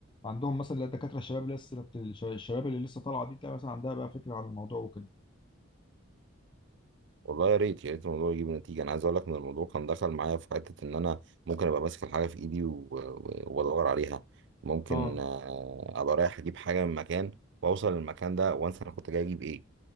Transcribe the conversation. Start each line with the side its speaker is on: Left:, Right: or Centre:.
Left: عندهم مثلا اللي هي الدكاتره الشباب اللي لسه الش- الشباب اللي لسه طالعه دي تلاقي مثلا عندها بقى فكره عن الموضوع وكده
Right: والله يا ريت يا ريت الموضوع يجيب نتيجه انا عايز اقول لك ان الموضوع كان دخل معايا في حته ان انا ممكن ابقى ماسك الحاجه في ايدي و- و- وادور عليها ممكن
Left: اه
Right: آه، ابقى رايح اجيب حاجه من مكان واوصل للمكان ده وانسى انا كنت جاي اجيب ايه